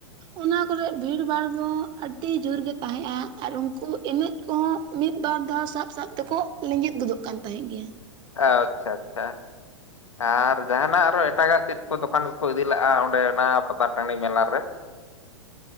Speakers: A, on the right; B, on the left.
A: ᱚᱱᱟ ᱠᱚᱨᱮ ᱵᱷᱤᱲ ᱵᱷᱟᱲ ᱫᱚ ᱟᱹᱰᱤ ᱡᱳᱨ ᱜᱮ ᱛᱟᱦᱮᱸᱜᱼᱟ ᱟᱨ ᱩᱱᱠᱩ ᱮᱱᱮᱡ ᱠᱚᱦᱚᱸ ᱢᱤᱫᱵᱟᱨ ᱫᱷᱟᱣ ᱥᱟᱵ ᱥᱟᱵ ᱛᱮᱠᱚ ᱞᱮᱡᱮᱫ ᱜᱚᱫᱚᱜ ᱠᱟᱱ ᱛᱟᱦᱮᱸᱫ ᱜᱮᱭᱟ
B: ᱟᱪᱪᱷᱟ ᱟᱪᱪᱷᱟ ᱟᱨ ᱡᱟᱦᱟᱱᱟᱜ ᱟᱨᱚ ᱮᱴᱟᱜᱟᱜ ᱪᱮᱫ ᱫᱚᱠᱟᱱ ᱠᱚᱠᱚ ᱤᱫᱤ ᱞᱟᱜᱼᱟ ᱚᱸᱰᱮ ᱚᱱᱟ ᱯᱟᱛᱟ ᱴᱟᱺᱰᱤ ᱢᱮᱞᱟ ᱨᱮ